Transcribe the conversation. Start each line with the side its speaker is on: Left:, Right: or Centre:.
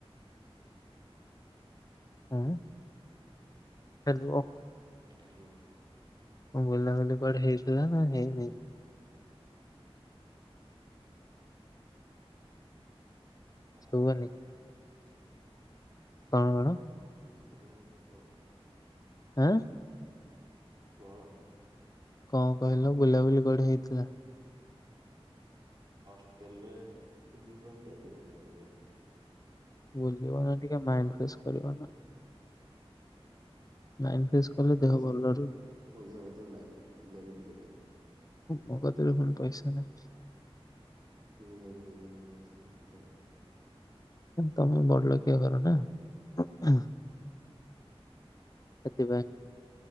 Left: ହଁ। ହ୍ୟାଲୋ।
Right: ହୁଁ।
Left: ବୁଲା ବୁଲି କୁଆଡେ ହେଇଥିଲା ନା ହେଇନି?
Right: ହ ହୁଁ। ଆପରେ
Left: ଶୁଭୁନି
Right: ଗୋଟେଗୋଟେ ପଇସା କେତେ?
Left: କଣ କଣ
Right: ଯେ <unintelligible>
Left: ଆଁ।
Right: କଣ?
Left: କଣ କହିଲ? ବୁଲାବୁଲି କୁଆଡେ ହେଇଥିଲା?
Right: ହଷ୍ଟେଲରେ ଜୀବନ ଯାଉଛି, ବୁଲାବୁଲି ହବ!
Left: ବୁଲିବ ନା ଟିକେ! ମାଇଣ୍ଡ ଫ୍ରେଶ କରିବ ନା। ମାଇଣ୍ଡ ଫ୍ରେଶ କଲେ
Right: ପଇସା!
Left: ଦେହ ଭଲ ରହୁ
Right: ପଇସା ପତ୍ର ନାହିଁ। ଗରିବ ଲୋକ।
Left: ମଗତିରେ ପୁଣି ପଇସା ନାହିଁ।
Right: ତୁମି <unintelligible> ପଇସା। <unintelligible>
Left: ତମେ ବଡ ଲୋକିଆ ଘର ନା! ସେଥିପାଇଁ